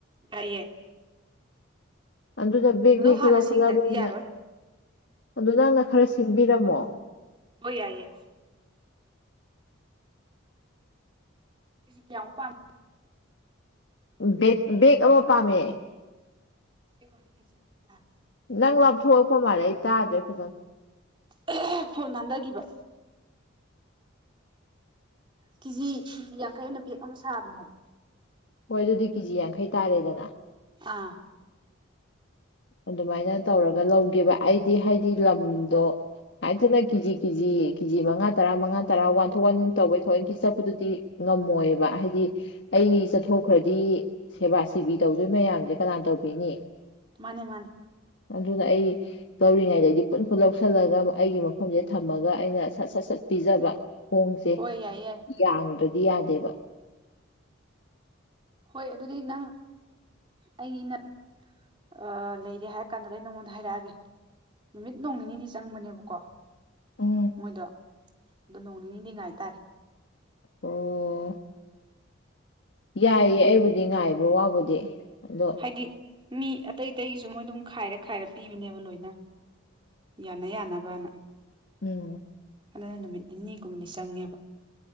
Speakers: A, on the right (about 25°); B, on the left (about 60°).
A: ꯌꯥꯏꯌꯦ
B: ꯑꯗꯨꯅ ꯕꯦꯛ
A: ꯑꯗꯣ
B: ꯕꯦꯛꯇꯥ
A: ꯍꯥꯟꯅ
B: ꯂꯧꯈꯠꯂꯛꯑꯕꯅꯤ
A: ꯁꯤꯡꯗ꯭ꯔꯗꯤ ꯌꯥꯔꯣꯏ
B: ꯑꯗꯨ ꯅꯪꯅ ꯈꯔ ꯁꯤꯡꯕꯤꯔꯝꯃꯣ
A: ꯍꯣꯏ ꯌꯥꯏꯌꯦ ꯀꯤꯖꯤ ꯀ꯭ꯌꯥꯃꯨꯛ ꯄꯥꯝ
B: ꯕꯦꯛ ꯕꯦꯛ ꯑꯃ ꯄꯥꯝꯃꯦ
A: ꯕꯦꯛ ꯀꯝꯗꯤ ꯀꯤꯖꯤ ꯌꯥꯡꯈꯩ ꯇꯥꯔꯦ
B: ꯅꯪ ꯂꯥꯞꯊꯣꯑꯛꯄ ꯃꯥꯜꯂꯦ ꯑꯩ ꯇꯥꯗ꯭ꯔꯦ ꯐꯖꯅ
A: <unintelligible> ꯐꯣꯟ ꯅꯥꯟꯗꯒꯤꯕ ꯀꯤꯖꯤ ꯀꯤꯖꯤ ꯌꯥꯡꯈꯩꯅ ꯕꯦꯛ ꯑꯃ ꯁꯥꯕꯅꯦꯕ
B: ꯍꯣꯏ ꯑꯗꯨꯗꯤ ꯀꯦꯖꯤ ꯌꯥꯡꯈꯩ ꯇꯥꯔꯦꯗꯅ
A: ꯑꯥ
B: ꯑꯗꯨꯃꯥꯏꯅ ꯇꯧꯔꯒ ꯂꯧꯒꯦꯕ ꯑꯩꯗꯤ ꯍꯥꯏꯗꯤ ꯂꯝꯗꯣ ꯉꯥꯢꯇꯅ ꯀꯤꯖꯤ ꯀꯤꯖꯤ ꯀꯤꯖꯤ ꯃꯉꯥ ꯇꯔꯥ ꯃꯉꯥ ꯇꯔꯥ ꯋꯥꯟꯊꯣꯛ ꯋꯥꯟꯖꯤꯟ ꯇꯧꯕꯩ ꯊꯥꯑꯣꯢꯀꯤ ꯆꯠꯄꯗꯨꯗꯤ ꯉꯝꯃꯣꯏꯕ ꯍꯥꯏꯗꯤ ꯑꯩ ꯆꯠꯊꯣꯛꯈ꯭ꯔꯥꯗꯤ ꯁꯦꯕꯥ ꯁꯦꯕꯤ ꯇꯧꯗꯣꯏ ꯃꯌꯥꯝꯖꯦ ꯀꯅꯥꯟ ꯇꯧꯕꯤꯅꯤ
A: ꯃꯥꯅꯦ ꯃꯥꯅꯦ
B: ꯑꯗꯨꯅ ꯑꯩ ꯂꯧꯔꯤꯉꯩꯗ ꯑꯩꯗꯤ ꯄꯨꯟ ꯄꯨꯟ ꯂꯧꯁꯜꯂꯒ ꯑꯩꯒꯤ ꯃꯐꯝꯖꯤꯗ ꯊꯝꯃꯒ ꯑꯩꯅ ꯁꯠ ꯁꯠ ꯁꯠ ꯄꯤꯖꯕ ꯈꯣꯡꯖꯦ
A: ꯍꯣꯏ ꯌꯥꯏꯌꯦ ꯌꯥꯏ
B: ꯌꯥꯡꯗ꯭ꯔꯥꯗꯤ ꯌꯥꯗꯦꯕ
A: ꯍꯣꯏ ꯑꯗꯨꯗꯤ ꯅꯪ ꯑꯩꯅ ꯑꯥ ꯂꯩꯔꯦ ꯍꯥꯏꯔꯥ ꯀꯥꯟꯗꯥꯗ ꯑꯩ ꯅꯉꯣꯟꯗ ꯍꯥꯏꯔꯛꯑꯒꯦ ꯅꯨꯃꯤꯠ ꯅꯣꯡ ꯅꯤꯅꯤꯗꯤ ꯆꯪꯕꯅꯦꯕꯀꯣ
B: ꯎꯝ
A: ꯃꯣꯏꯗꯣ ꯑꯗꯣ ꯅꯣꯡ ꯅꯤꯅꯤꯗꯤ ꯉꯥꯏꯇꯥꯔꯦ
B: ꯑꯣ ꯌꯥꯏꯌꯦ ꯑꯩꯕꯨꯗꯤ ꯉꯥꯏꯕ ꯋꯥꯕꯨꯗꯤ ꯑꯗꯣ
A: ꯍꯥꯏꯗꯤ ꯃꯤ ꯑꯇꯩ ꯑꯇꯩꯒꯤꯁꯨ ꯃꯣꯏ ꯗꯨꯝ ꯈꯥꯏꯔꯥ ꯈꯥꯏꯔꯥ ꯄꯤꯕꯅꯦꯕ ꯂꯣꯏꯅ ꯌꯥꯅ ꯌꯥꯅꯕꯅ
B: ꯑꯣ
A: ꯑꯗꯨꯅ ꯅꯨꯃꯤꯠ ꯅꯤꯅꯤꯒꯨꯝꯕꯗꯤ ꯆꯪꯉꯦꯕ